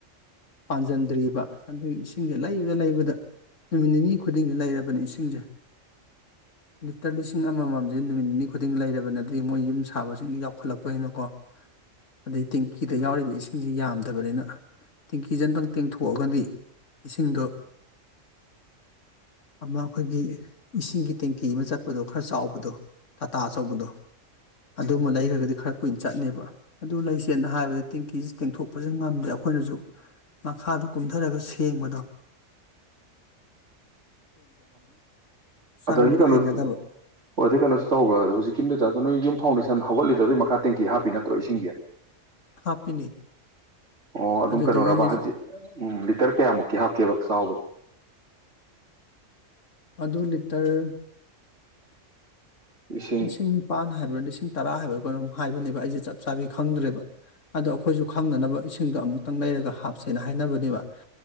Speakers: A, on the left (about 70°); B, on the right (about 60°).
A: ꯄꯥꯟꯁꯤꯟꯗ꯭ꯔꯤꯕ ꯑꯗꯨꯒꯤ ꯏꯁꯤꯡꯁꯦ ꯂꯩꯕꯗ ꯂꯩꯕꯗ ꯅꯨꯃꯤꯠ ꯅꯤꯅꯤ ꯈꯨꯗꯤꯡꯒꯤ ꯂꯩꯔꯕꯅꯤ ꯏꯁꯤꯡꯁꯦ ꯂꯤꯇꯔ ꯂꯤꯁꯤꯡ ꯑꯃꯃꯝꯁꯦ ꯅꯨꯃꯤꯠ ꯅꯤꯅꯤ ꯈꯨꯗꯤꯡ ꯂꯩꯔꯕ ꯅꯗꯤ ꯃꯣꯏ ꯌꯨꯝ ꯁꯥꯕꯁꯤꯡ ꯌꯥꯎꯈꯠꯂꯛꯄꯅꯤꯅꯀꯣ ꯑꯗꯩ ꯇꯦꯡꯀꯤꯗ ꯌꯥꯎꯔꯤꯕ ꯏꯁꯤꯡꯁꯤ ꯌꯥꯝꯗꯕꯅꯤꯅ ꯇꯦꯡꯀꯤꯁꯦ ꯑꯝꯇꯪ ꯇꯦꯡꯊꯣꯛꯑꯒꯗꯤ ꯏꯁꯤꯡꯗꯣ ꯑꯃ ꯑꯩꯈꯣꯏꯒꯤ ꯏꯁꯤꯡꯒꯤ ꯇꯦꯡꯀꯤ ꯑꯃ ꯆꯠꯄꯗꯣ ꯈꯔ ꯆꯥꯎꯕꯗꯣ ꯇꯥꯇꯥ ꯑꯆꯧꯕꯗꯣ ꯑꯗꯨꯝꯕ ꯂꯩꯈ꯭ꯔꯒꯗꯤ ꯈꯔ ꯀꯨꯏꯅ ꯆꯠꯅꯦꯕ ꯑꯗꯨ ꯂꯩꯁꯦꯅ ꯍꯥꯏꯕꯗ ꯇꯦꯡꯀꯤꯁꯤ ꯇꯦꯡꯊꯣꯛꯄꯁꯦ ꯉꯝꯗꯦ ꯑꯩꯈꯣꯏꯅꯁꯨ ꯃꯈꯥꯗ ꯀꯨꯝꯊꯔꯒ ꯊꯦꯡ ꯕꯗꯣ ꯆꯪꯕꯗ
B: ꯑꯗꯒꯤ ꯀꯩꯅꯣ
A: ꯍꯩꯅꯗꯕ
B: ꯍꯣꯏ ꯑꯗꯨꯩ ꯀꯩꯅꯣꯁꯨ ꯇꯧꯕ꯭ꯔꯥ ꯑꯗꯣ ꯍꯧꯖꯤꯛꯀꯤꯗ ꯅꯣꯏ ꯌꯨꯝ ꯐꯥꯎꯟꯗꯦꯁꯟ ꯍꯧꯒꯠꯂꯤ ꯑꯗꯨꯩ ꯃꯈꯥ ꯇꯦꯡꯀꯤ ꯍꯥꯞꯄꯤ ꯅꯠꯇ꯭ꯔꯣ ꯏꯁꯤꯡꯒꯤ
A: ꯍꯥꯞꯄꯤꯅꯤ
B: ꯑꯣ ꯑꯗꯨꯝ
A: ꯑꯗꯨꯗꯒꯤꯅꯤ
B: ꯀꯩꯅꯣꯔꯕ ꯍꯧꯖꯤ ꯎꯝ ꯂꯤꯇꯔ ꯀꯌꯥꯃꯨꯛꯀꯤ ꯍꯥꯞ ꯀꯕꯛ ꯁꯥ ꯍꯣ
A: ꯑꯗꯨ ꯂꯤꯇꯔ
B: ꯂꯤꯁꯤꯡ
A: ꯂꯤꯅꯤꯁꯤꯡꯅꯤ ꯄꯥꯟ ꯍꯥꯔ ꯂꯤꯁꯤꯡ ꯇꯔꯥ ꯍꯥꯏꯕꯒꯅ ꯑꯃꯨꯛ ꯍꯥꯏꯕꯅꯦꯕ ꯑꯩꯁꯦ ꯆꯞ ꯆꯥꯕꯤ ꯈꯪꯗ꯭ꯔꯦꯕ ꯑꯗꯣ ꯑꯩꯈꯣꯏꯁꯨ ꯈꯪꯅꯅꯕ ꯏꯁꯤꯡꯗꯣ ꯑꯃꯨꯛꯇꯪ ꯂꯩꯔꯒ ꯍꯥꯞꯁꯦꯅ ꯍꯥꯏꯅꯕꯅꯦꯕ